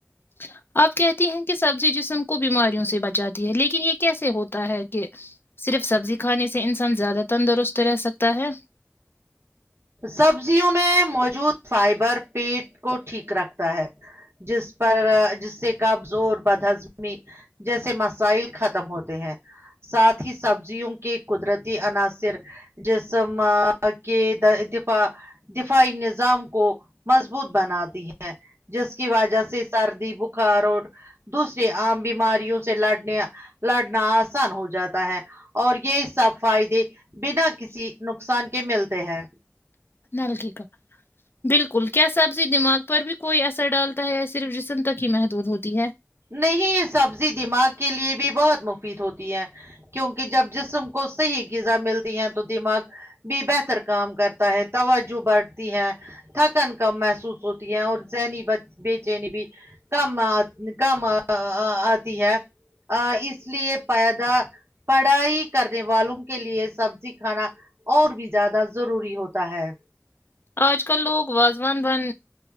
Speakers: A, on the left (about 45°); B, on the right (about 55°).
A: <unintelligible> آپ کہتی ہیں کہ سبزی جسم کو بیماریوں سے بچاتی ہے لیکن یہ کیسے ہوتا ہے کہ صرف سبزی کھانے سے انسان زیادہ تندرست رہ سکتا ہے
B: سبزیوں میں موجود فائبر پیٹ کو ٹھیک رکھتا ہے جس پر جس سے قبض اور بد ہضمی جیسے مسائل ختم ہوتے ہیں ساتھ ہی سبزیوں کے قدرتی عناصر جسی ماں کے داہ دفاع دفاعی نظام کو مضبوط بناتی ہے جس کی وجہ سے سردی بخار اور دوسریے عام بیماریوں سے لڑنے لڑنا آسان ہو جاتا ہے اور یہ سب فائدے بنا کسی نقصان کے ملتے ہیں
A: نلکی کا بالکل کیا سبزی دماغ پر بھی کوئی اثر ڈالتا ہے صرف جسم تک ہی محدود ہوتی ہے
B: نہیں یہ سبزی دماغ کے لیے بھی بہت مفید ہوتی ہے کیونکہ جب جسم کو صحیح غذا ملتی ہیں تو دماغ بھی بہتر کام کرتا ہے توجہ بڑھتی ہے تھکن کم محسوس ہوتی ہے اور ذہنی بے چینی بھی کم کم ا ا آتی ہے اس لیے پائیدہ پڑھائی کرنے والوں کے لیے سبزی کھانا اور بھی زیادہ ضروری ہوتا ہے
A: آج کل لوگ واازوان بن